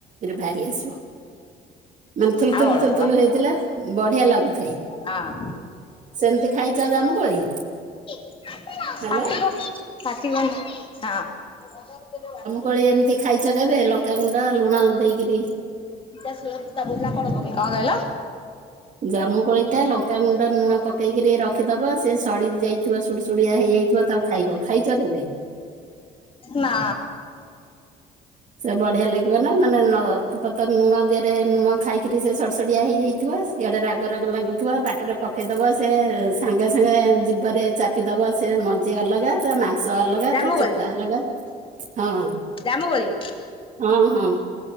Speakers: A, on the right (about 45°); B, on the left (about 30°).
A: ବାହାରି ଆସିବ ମାନେ ଥୁଲଥୁଲ
B: ଆଉ ଅଳପ
A: ଥୁଲୁ
B: ବା
A: ଥୁଲ ହେଇଥିଲା ବଢିଆ ଲାଗୁ
B: ହଁ
A: ସେମିତି ଖାଇଛ ଜାମୁକୋଳି?
B: ପାଟିିକ
A: ହ୍ୟାଲୋ
B: ପଟିିକନ ହଁ <inaudible>
A: କୁଳି ଏମିତି ଖାଇଛ କେବେ ଲଙ୍କାଗୁଣ୍ଡ ଲୁଣ ଦେଇକିରି।
B: କଣ କହିଲ?
A: ଜାମୁକୋଳି ଟା ଲଙ୍କାଗୁଣ୍ଡ ଲୁଣ ପକେଇକିରି ରଖିଦବ ସେ ସଡିି ଯାଇ ଥିବା ସୁୁଡୁ ସୁୁଡିଆ ହେଇଯାଇଥିବ ତାକୁ ଖାଇବ, ଖାଇଛ କେବେ?
B: ନା।
A: ସେ ବଢିଆ ଲାଗିବ ନା ମାନେ ନତ ପତ ଲୁଣ ଦେହରେ ଲୁଣ ଖାଇକିରି ସେ ସଡସଡିଆ ହେଇଯାଇଥିବ। ଇଆଡେ ରାଗ ରାଗ ଲାଗୁଥିବ ପାଟିରେ ପକେଇଦବ ସେ ସାଙ୍ଗେ ସାଙ୍ଗେ ଜିଭ ରେ ଚା ଚିପିଦବ ସେ ମଞ୍ଜି ଅଲଗା ତା ମାଂସ ଅଲଗା
B: ଜାମୁ
A: ତା ଚୋପା ଅଲଗା ହଁ।
B: ଜାମୁକୋଳି।
A: ହଁ ହଁ।